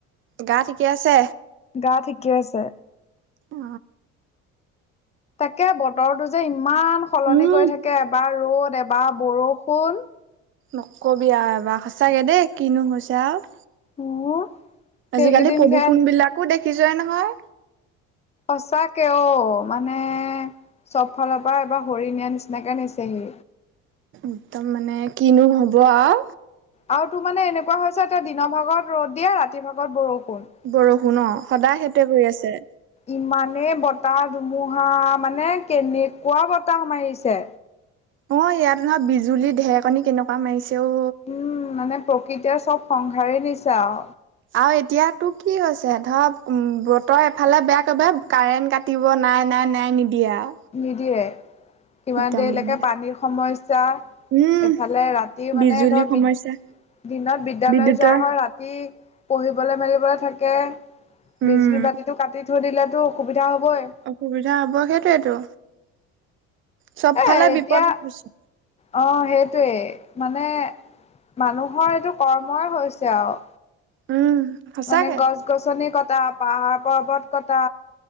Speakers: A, on the right; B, on the left.
A: গা ঠিকে আছে?
B: গা ঠিকে আছে।
A: অ
B: তাকে বতৰটো যে ইমান সলনি
A: উম
B: কৰি থাকে এবাৰ ৰ'দ এবাৰ বৰষুণ।
A: নকবি আ এবাৰ সঁচাকে দেই কিনো হৈছে আওঁ।
B: <unintelligible> সেইকেইদিন
A: আজিকালি প্ৰদূষণ
B: সেয়া
A: বিলাকো দেখিছই নহয়?
B: সঁচাকে অ, মানে চব ফালৰ পৰা এবাৰ হৰি নিয়া নিচিনাকে নিছেহি।
A: একদম মানে কিনো হ'ব আও।
B: আৰু তোৰ মানে এনেকুৱা হৈছে এতিয়া দিনৰ ভাগত ৰ'দ দিয়ে ৰাতি ভাগত বৰষুণ।
A: বৰষূণ অ, সদায় সেইটোৱে কৰি আছে।
B: ইমানে বতাহ ধুমুহা মানে কেনেকুৱা বতাহ মাৰিছে।
A: অ, ইয়াত নহয় বিজুলী ঢেকণী কেনেকুৱা মাৰিছে ঔ।
B: উম, মানে প্ৰকৃতিয়ে চব সংসাৰে নিচে আও।
A: আৰু এতিয়াতো কি হৈছে ধৰ বতৰ এফালে বেয়াকে বেব কাৰেণ্ট কাট কাটিব নাই -নাই -নাই নিদিয়ে আও।
B: নিদিয়ে কিমান
A: একদম
B: দেৰিলৈকে
A: মানে
B: পানীৰ সমস্যা
A: উম
B: এফালে ৰাতি মানে
A: বিজুলী
B: ধৰ বিদ
A: সমস্যা
B: দিনত বিদ্যালয়
A: বিদ্যুতৰ
B: যোৱা হয় ৰাতি পঢ়িবলে মেলিবলে থাকে
A: উম
B: বিজুলী বাতিটো কাটি থৈ দিলেতো অসুবিধা হ'বই।
A: অসুবিধা হব সেইটয়েটো চব
B: এ
A: ফালে
B: এতিয়া
A: বিপদ হৈছে।
B: অ, সেইটোৱেই মানে মানুহৰ এইটো কৰ্মই হৈছে আওঁ।
A: উম। সঁচাকে
B: মানে গছ -গছনি কটা পাহাৰ -পৰ্বত কটা